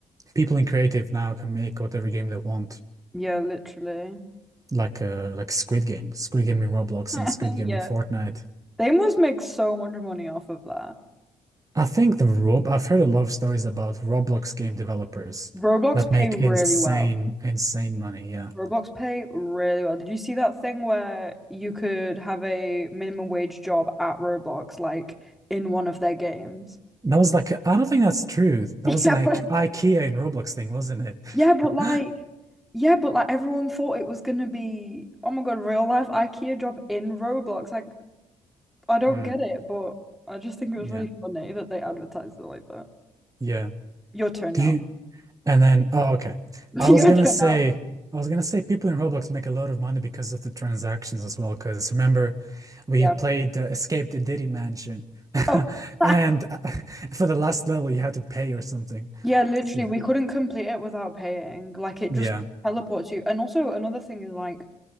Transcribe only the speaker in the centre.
Yeah, literally.
<laughs>
Yeah.
They must make so much money off of that.
Roblox
pay
really
well.
Roblox pay really well. Did you see that thing where you could have a minimum wage job at Roblox, like in one of their games?
<laughs>
Yeah,
but
Yeah, but like,
yeah, but like everyone thought it was gonna be, oh my God, real life IKEA job in Roblox. Like, I don't
get it, but I just think it
was really funny that they advertised it like that.
Your turn
now.
<laughs>
Your
turn
now.
Yeah.
Oh.
<laughs>
Yeah, literally,
we couldn't complete it without paying. Like, it
just teleports you. And also, another thing is like